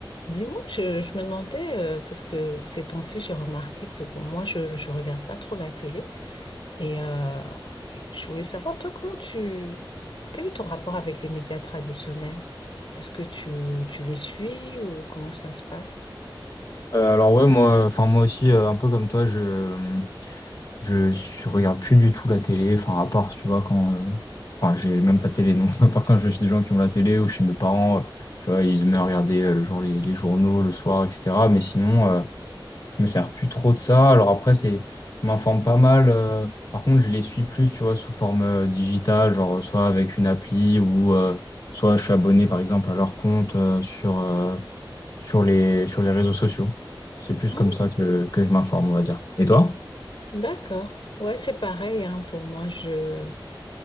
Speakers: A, on the left; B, on the left.
A: Dis-moi, je, je me demandais, euh, parce que ces temps-ci, j'ai remarqué que bon, moi, je, je regarde pas trop la télé. Et, euh, et je voulais savoir, toi, comment tu... Quel est ton rapport avec les médias traditionnels? Est-ce que tu, tu les suis ou comment ça se passe?
B: Euh, alors ouais moi enfin moi aussi euh, un peu comme toi je je suis- regarde plus du tout la télé enfin à part tu vois quand euh, enfin j'ai même pas de télé non <laughs> à part quand je vais chez des gens qui ont la télé ou chez mes parents euh, tu vois ils aimaient regarder euh, le jour les, les journaux le soir etc mais sinon euh, je me sers plus trop de ça alors après c'est je m'informe pas mal euh, par contre je les suis plus tu vois sous forme euh, digitale genre euh, soit avec une appli ou euh, soit je suis abonné par exemple à leur compte euh, sur euh, sur les, sur les réseaux sociaux. C'est plus
A: Hmm,
B: comme ça que, que je m'informe, on va dire. Et toi?
A: d'accord. Ouais, c'est pareil, hein, pour moi, je,